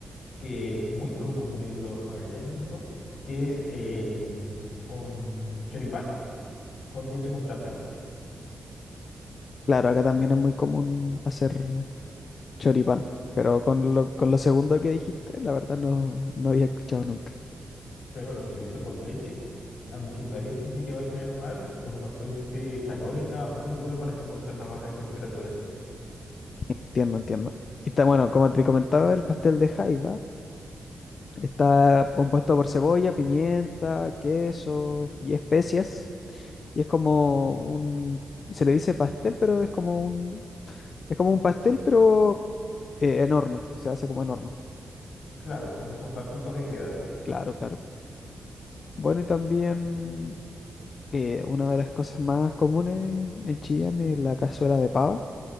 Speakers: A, on the left; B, on the left.
A: que es muy común de los magallánicos, que es eh, un choripán con leche con plátano.
B: claro, acá también es muy común hacer choripán, pero con lo, con lo segundo que dijiste, la verdad no, no había escuchado nunca.
A: Prueba los chorizos con leche, aunque parezca que te va a caer mal, es una fuente calórica muy buena para soportar las bajas temperaturas.
B: Entiendo, entiendo. Y está bueno, como te comentaba, el pastel de jaiba está compuesto por cebolla, pimienta, queso y especias. Y es como un, se le dice pastel, pero es como un, es como un pastel, pero eh, en horno, se hace como en horno.
A: Claro, como en esos platitos de greda.
B: Claro, claro. Bueno, y también eh, una de las cosas más comunes en Chillán es la cazuela de pava,